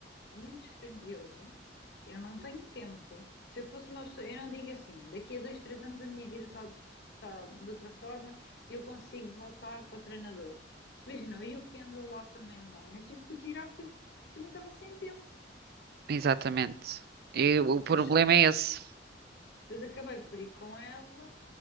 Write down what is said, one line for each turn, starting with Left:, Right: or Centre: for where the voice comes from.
Left: muito dispendioso. Eu não tenho tempo. Se eu fosse uma pessoa, eu não digo assim, daqui a dois, três anos a minha vida está tá de outra forma e eu consigo voltar para o treinador. Imagina, eu que ando lá também um ano, eu tive que o tirar porque também estava sem tempo.
Right: Exatamente. E o
Left: Depois,
Right: problema
Left: só-
Right: é esse.
Left: depois acabei por ir com ela